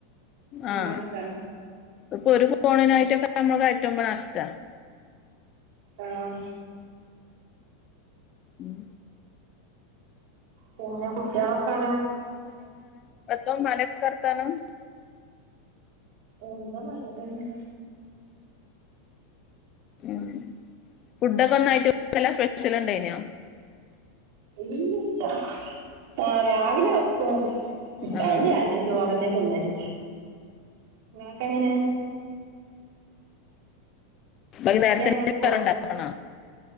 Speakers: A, on the left (about 35°); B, on the right (about 60°).
A: ആഹ
B: എന്നാ ഇഷ്ടാണ്
A: ഇപ്പൊ ഒരു ഫോണിനായിട്ടൊക്കെ നമ്മൾ കയറ്റുമ്പോ നഷ്ടമാണ്
B: ആഹ
A: ഉം
B: പിന്നെ കുട്ടികളൊക്കെ ഇവിടെ
A: എോ മല വർത്തനം
B: ഉന്താ നല്ലതന്നെ
A: ഉ ഫുഡൊക്കെ ഒന്നായിട്ട്ല്ല സ്പെഷ്യൽ ഉണ്ടായിനോ
B: ഇല്ലല്ല ആ രാവിലെ വക്കും
A: ആഹ്
B: അന്നെയ അ ചോറന്നെ തന്നല് നിങ്ങളൊക്കെ എങ്ങനെ
A: വൈ
B: രണ്ടേരം
A: നേരത്തെ
B: വെക്കുവോ
A: വേറണ്ട